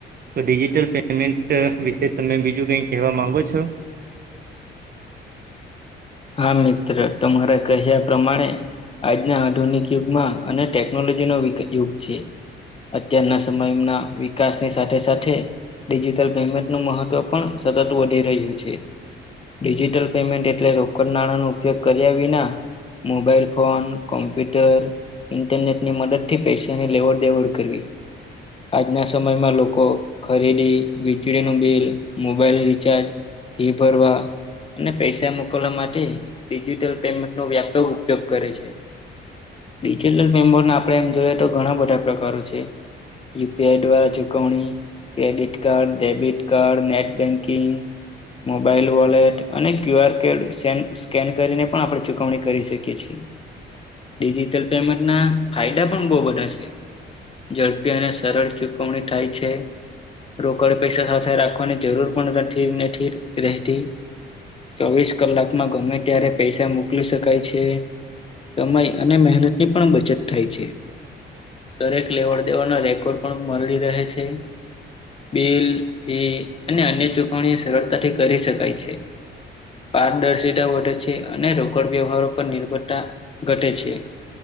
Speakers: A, on the right; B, on the left.
A: તો ડિજીિટલ પેમેન્ટ વિશે તમે બીજું કઈ કહેવા માંગો છો
B: હા મિત્ર તમારા કહ્યા પ્રમાણે આજના આધુનિક યુગમાં અને ટેકનોલોજી નો યુગ છે અત્યારના સમયના વિકાસની સાથે સાથે ડિજિટલ પેમેન્ટનું મહત્વ પણ સતત વધી રહ્યું છે ડિજિટલ પેમેન્ટ એટલે રોકડ નાણાંનો ઉપયોગ કર્યા વિના મોબાઈલ ફોન કોમ્પ્યુટર ઇન્ટરનેટ ની મદદ થી પૈસાની લેવડ દેવડ કરવી આજના સમયમાં લોકો ખરીદી વીજળીનું બિલ મોબાઈલ રિચાર્જ ફી ભરવા અને પૈસા મોકલવા માટે ડિજિટલ પેમેન્ટનો વ્યાપક ઉપયોગ કરે છે ડિજિટલ પેમેન્ટના આપણે એમ જોઈએ તો ઘણા બધા પ્રકારો છે યુપીઆઈ દ્વારા ચૂકવણી credit card debit card net banking mobile wallet અને Q R code scan scan કરીને પણ આપણે ચુકવણી કરી શકીએ છે ડિજિટલ પેમેન્ટના ફાયદા પણ બો બધા છે. ઝડપી અને સરળ ચુકવણી થાય છે. રોકડ પૈસા સાથે રાખવાની જરૂર પણ નથી નથી રહેતી. ચોવીસ કલાકમાં ગમે ત્યારે પૈસા મોકલી શકાય છે. સમય અને મહેનતની પણ બચત થાય છે. દરેક લેવડ દેવડના રેકોર્ડ પણ મળી રહે છે. બિલ ફી અને અન્ય ચુકવણી સરળતાથી કરી શકાય છે પારદર્શિતા વધે છે અને રોકડ વ્યવહાર પર નિર્ભરતા ઘટે છે